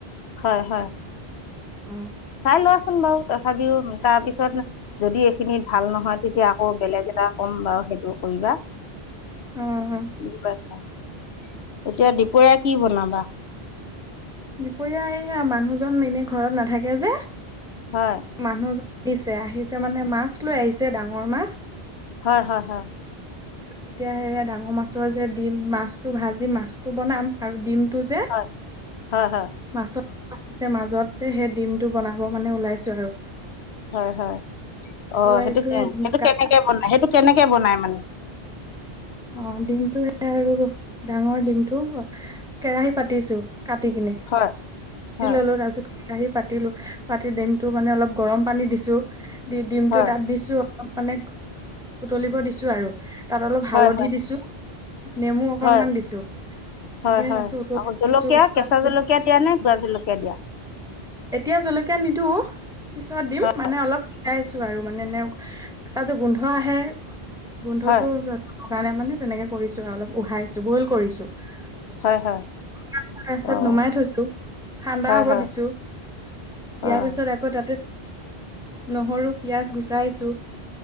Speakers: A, on the left; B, in the centre.
A: হয়, হয়।
B: অ'।
A: চাই লোৱাচোন বাৰু তথাপিও, তাৰপিছত যদি এইখিনিত ভাল নহয়, তেতিয়া আকৌ বেলেগ এটা ক'ম বাও সেইটো কৰিবা।
B: অ
A: বুজি পাইছা? এতিয়া দুপৰীয়া কি বনাবা?
B: দুপৰীয়া এইয়া মানুহজন এনে ঘৰত নাথাকে যে
A: হয়।
B: মানুহজন আহিছে, আহিছে মানে মাছ লৈ আহিছে ডাঙৰ মাছ।
A: হয়, হয়, হয়।
B: তেতিয়া সেয়া ডাঙৰ মাছৰ যে ডিম মাছটো ভাজি মাছটো বনাম, আৰু ডিমটো যে
A: হয়, হয়, হয়।
B: মাছত <unintelligible> ছে মাজত যে, সেই ডিমটো বনাব মানে ওলাইছো আৰু।
A: হয়, হয়। অ',
B: ওলাইছো
A: সেইটো
B: সেই ডিমটো
A: সেইটো
B: কা
A: কেনেকে বনাই, কেনেকে বনাই মানে?
B: অ', ডিমটো সেয়া আৰু ডাঙৰ ডিমটো, কেৰাহি পাতিছো কাটি কিনে।
A: হয় হয়
B: ল'লো, তাৰ পিছত কেৰাহি পাতিলোঁ, পাতি ডিমটো মানে অলপ গৰম পানী দিছো, দি ডিমটো
A: হয়
B: তাত দিছো। অলপ মানে উতলিব দিছো আৰু তাত অলপ হালধি
A: হয় হয়
B: দিছো, নেমু অকনমান
A: হয়
B: দিছো। দি
A: হয়,
B: কিনে
A: হয়।
B: তাৰপিছত উতলি
A: আকৌ জলকীয়া,
B: দিছো উতলাৰ
A: কেঁচা
B: পিছত
A: জলকীয়া দিয়া নে বুৰা জলকীয়া দিয়া?
B: এতিয়া জলকীয়া নিদো, পিছত দিম
A: হয়
B: মানে অলপ <unintelligible> ছো আৰু মানে <unintelligible> এটা যে গোন্ধ আহে গোন্ধটো
A: হয়
B: কাৰণে মানে তেনেকে কৰিছো আৰু অলপ উহাইছো বইল কৰিছো। <unintelligible>
A: হয় হয়
B: তাৰচত
A: অঁ
B: নুমাই থৈছো, ঠাণ্ডা
A: হয়
B: হ'ব
A: হয়
B: দিছো। দিয়াৰ
A: অঁ
B: পিছত আকৌ তাতে নহৰু, পিয়াজ গুচাইছো।